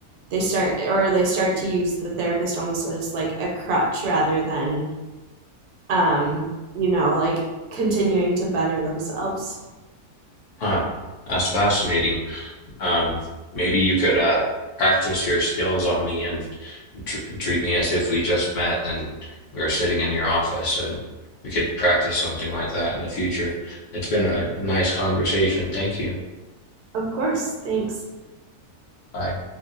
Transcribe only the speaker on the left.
huh, that's fascinating. Um, maybe you could uh practice your skills on me and tr treat me as if we just met and we were sitting in your office and we could practice something like that in the future. It's been a nice conversation. Thank you.
Bye.